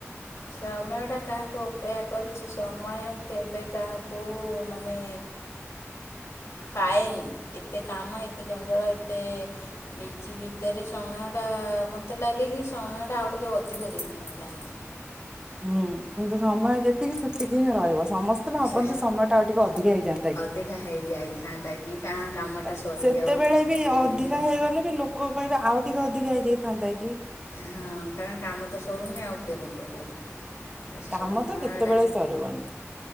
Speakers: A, on the left (about 80°); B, on the right (about 15°).
A: ସମୟଟା କାହାକୁ ଅପେକ୍ଷା କରିଚି ସମୟ କେବେ କାହାକୁ ମାନେ ପାଏନି ଏତେ କାମ, ଏତେ ଜଞ୍ଜାଳ, ଏତେ ବିଜି ଭିତରେ ସମୟଟା ଆ ମତେ ଲାଗେକି ସମୟଟା ଆଉ ଟିକେ ଅଧିକ ଦେଇଥାନ୍ତା।
B: ହୁଁ କିନ୍ତୁ ସମୟ ଯେତିକି ସେତିକି ହିଁ ରହିବ ସ୍ ସମସ୍ତେ ଭାବନ୍ତି
A: ସେ
B: ସମୟଟା ଆଉ ଟିକେ ଅଧିକା ହେଇଯାଆନ୍ତା କି
A: ଅଧିକା ହେଇଯାଇଥାନ୍ତା କି କାଁ
B: ସେ
A: କାମଟା ସରିଯାଉ
B: ସେତେବେଳେ ବି
A: ଏ
B: ଅଧିକା
A: ଜିନିଷ
B: ହେଇଗଲେ ବି ଲୋକ କହିବେ ଆଉ ଟିକେ ଅଧିକ ହେଇଯାଇଥାନ୍ତା କି।
A: ହଁ କାରଣ କାମ ତ ସରୁନି ଆଉ କିଏ କ'ଣ କରିବ ଏ
B: କାମ
A: ସମୟଟା
B: ତ କେତବେଳେ ସରିବନି।